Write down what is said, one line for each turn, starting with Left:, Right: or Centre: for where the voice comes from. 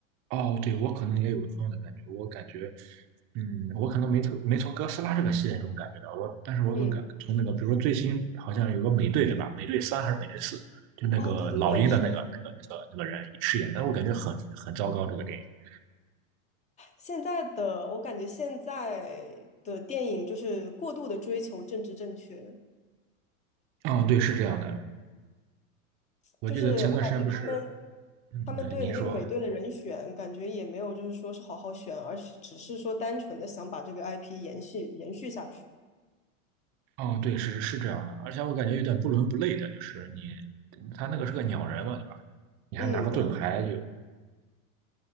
Right: 哦，对，我可能也有同样的感觉，我感觉，嗯，我可能没从没从哥斯拉这个系列中感觉到，我，但是我都感从那个，
Left: 嗯，
Right: 比如说最新好像有个美队对吧？美队三还是美队四？就那个老鹰的那个那个那个那个人饰演的，
Left: 哦，对对对，是
Right: 我感觉很很糟糕这个电影。
Left: 现在的，我感觉现在的电影就是过度的追求政治正确，
Right: 嗯，对，是这样的，我记得前段时间不是，
Left: 就是我感觉他们
Right: 嗯，
Left: 他们对那个美队的人选，
Right: 对，您说，
Left: 感觉也没有就是说是好好选，而是只是说单纯的想把这个 IP 延续延续下去。
Right: 哦，对，是是这样的，而且我感觉有点不伦不类的，就是你他那个是个鸟人嘛，对吧？你还拿个盾牌，
Left: 嗯，对。
Right: 就，